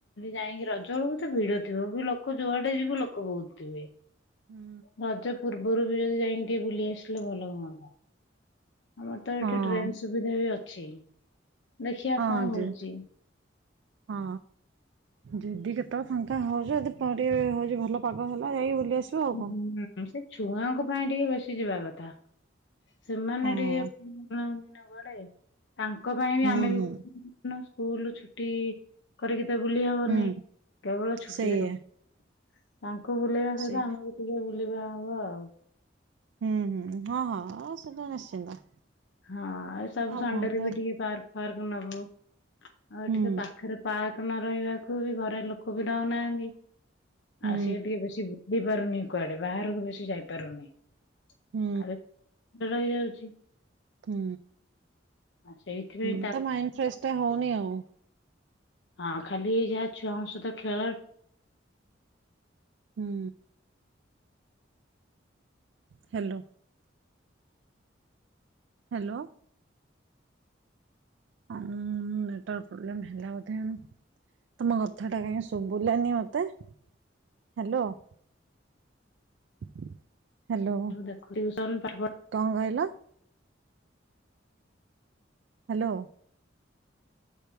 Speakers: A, on the left (about 65°); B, on the right (about 65°).
A: ଯାଇକି ରଜ ବେଳକୁତ ଭିଡ ଥିବ ଲୋକ ଯୁଆଟେ ଯିବ ଲୋକ ବହୁତ ଥିବେ।
B: ହୁଁ
A: ରଜ ପୂର୍ବରୁ ବି ଯଦି ଯାଇକି ଟିକେ ବୁଲି ଆସିଲେ ଭଲ ହୁଅନ୍ତା। ଆମର ତ
B: ହଁ
A: ଏଠି ଟ୍ରେନ ସୁବିଧା ବି ଛିି। ଦେଖିଆ
B: ହଁ
A: କଣ ହଉଚି।
B: ଯେ ହଁ ଯଦି କେତେବେଳେ ଫାଙ୍କା ହଉଛ ଯଦି ପରେ ହଉଛି ଭଲ ପାଗ ହେଲା ଯାଇକି ବୁଲି ଆସିବ ଆଉ କଣ।
A: ହୁଁ ସେ ଛୁଆ ପାଇଁ ଟିକେ ବେସି ଯିବା କଥା। ସେମାନେ
B: ହଁ
A: ଟିକେ <unintelligible> ବେଳେ ତାଙ୍କ ପାଇଁ ବି
B: ହୁଁ
A: ଆମେ ବି।
B: ହୁଁ
A: <inaudible> ସ୍କୁଲ ଛୁଟି କରିକି। ଏତେ ବୁଲି ହବନାଇଁ
B: ହୁଁ
A: କେବଳ ଛୁଟିରେ
B: ସେଇଆ
A: ହ। ହଁ ଙ୍କୁ ବୁଲେଇବା ସହିତ
B: ସେଇ
A: ଆମ। ବୁଲିବା ହବ ଆଉ।
B: ହୁଁ ହୁଁ ହଁ ହଁ ସେଟା ନିଶ୍ଚିନ୍ତ।
A: ହଁ ଏ ସବୁ
B: ଆଉ
A: ସଣ୍ଡେ
B: କଣ
A: ରେ
B: ତ
A: ବି ଟିକେ ପାର୍କ। ଫାର୍କ୍ ନବ ଆଉ ଏଠି
B: ହୁଁ
A: ତ ପାଖରେ ପା ନ ରହିବାକୁ ବି ଘରେ ଲୋକ ବି ଦଉନାହାନ୍ତି।
B: ହୁଁ
A: ଆଉ ସିଏ ଟିକେ ବେଶୀ। ଯ ପାରୁନି କୁଆଡେ ବାହାରକୁ ବେଶି ଯାଇପାରୁନି।
B: ହୁଁ
A: ଆ ରହିଯାଉଛି। <unintelligible>
B: ହୁଁ
A: ଆଉ ସେଇଥିପାଇଁ
B: ହୁଁ ତା ମାଇଣ୍ଡ ଫ୍ରେଶ ଟା ହଉନି ଆଉ।
A: ହଁ ଖାଲି ଯାହା ଛୁଆଙ୍କ ସହିତ ଖେଳ।
B: ହୁଁ ହ୍ୟାଲୋ ହ୍ୟାଲୋ ହ ନେଟୱାର୍କ ପ୍ରୋବ୍ଲେମ୍ ହେଲା ବୋଧେ ଆଉ ତମ କଥାଟା କାହିଁ ଶୁଭିଲାନି ମତେ ହ୍ୟାଲୋ। ହ୍ୟାଲୋ,
A: ଦେଖୁ ଟିଉସନ ପାଠ
B: କଣ କହିଲା? ହ୍ୟାଲୋ।